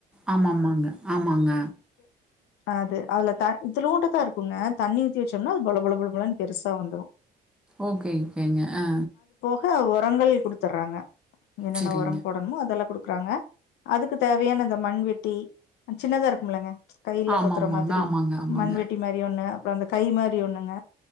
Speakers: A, in the centre; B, on the left.
A: ஆமாமாங்க ஆமாங்க
B: அது அதுல த இத்துலூண்ட தா இருக்குங்க தண்ணி ஊத்தி வச்சோம்ன அது பள பள பளன்னு பெருசா வந்துரும்
A: ஓகே ஓகேங்க ஆ
B: அ உரங்கள் குடுத்துடுறாங்க என்னென்ன
A: சரிங்க.
B: உரம் போடணுமோ அதெல்லாம் குடுக் க்கறாங்க அதுக்கு தேவையான இந்த மண்வெட்டி சின்னதா இருக்கும்லங்க கையில
A: ஆம்மாங்க
B: கொத்துற மாதிரி
A: ஆமாங்க ஆமாங்க.
B: மண்வெட்டி மாரி ஒன்னு அப்றோ அந்த கை மாரி ஒண்ணுங்க